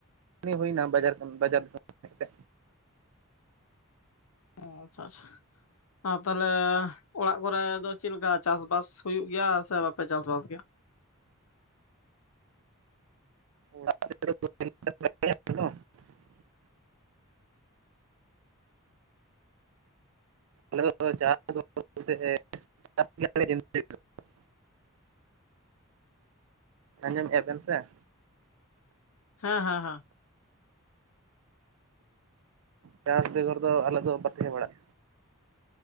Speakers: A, on the right; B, on the left.
A: ᱦᱩᱭᱱᱟ ᱵᱟᱡᱟᱨ ᱠᱟᱹᱢᱤ ᱵᱟᱡᱟᱨ ᱫᱤᱥᱚᱢ ᱦᱮᱡ ᱠᱟᱛᱮ
B: ᱚ ᱟᱪᱪᱷᱟ ᱟᱪᱪᱷᱟ ᱟᱸ ᱛᱟᱦᱚᱞᱮ ᱚᱲᱟᱜ ᱠᱚᱨᱮ ᱫᱚ ᱪᱮᱞᱠᱟ ᱪᱟᱥᱼᱵᱟᱥ ᱦᱩᱭᱩᱜ ᱜᱮᱭᱟ ᱥᱮ ᱵᱟᱯᱮ ᱪᱟᱥᱼᱵᱟᱥ ᱜᱮᱭᱟ?
A: <unintelligible> <unintelligible> ᱟᱸᱡᱚᱢᱮᱜᱼᱟ ᱵᱮᱱ ᱥᱮ᱾
B: ᱦᱮᱸ ᱦᱮᱸ ᱦᱮᱸ᱾
A: ᱪᱟᱥ ᱵᱮᱜᱚᱨ ᱫᱚ ᱟᱞᱮ ᱫᱚ ᱚᱠᱟ ᱛᱮᱦᱮᱸ ᱵᱟᱲᱟᱜ